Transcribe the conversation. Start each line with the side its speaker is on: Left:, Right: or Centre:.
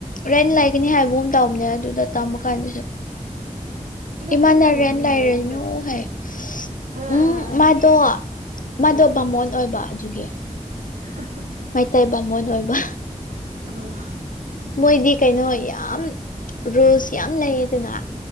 Left: ꯔꯦꯟ ꯂꯩꯒꯅꯤ ꯍꯥꯏꯕꯒꯨꯝ ꯇꯧꯕꯅꯦ ꯑꯗꯨꯗ ꯇꯝꯃ ꯀꯥꯟꯗꯁꯨ
Right: ꯑꯗꯣ
Left: ꯏꯃꯥꯅ
Right: ꯄꯨꯟꯅ ꯂꯩꯃꯤꯟꯅꯧꯑꯣ
Left: ꯔꯦꯟꯠ ꯂꯩꯔꯥꯅꯨ
Right: ꯀꯩꯅꯣ
Left: ꯍꯥꯏꯌꯦ
Right: ꯑꯥ
Left: ꯎꯝ
Right: ꯑꯥ ꯑꯥ
Left: ꯃꯥꯗꯣ ꯃꯥꯗꯣ
Right: ꯑꯥ
Left: ꯕꯥꯃꯣꯟ ꯑꯣꯏꯕ ꯑꯗꯨꯒꯤ
Right: <unintelligible>
Left: ꯃꯩꯇꯩ ꯕꯥꯃꯣꯟ ꯑꯣꯏꯕ
Right: ꯑꯥ
Left: ꯃꯣꯏꯗꯤ ꯀꯩꯅꯣ ꯌꯥꯝ ꯔꯨꯜꯁ ꯌꯥꯝ ꯂꯩꯌꯦꯗꯅ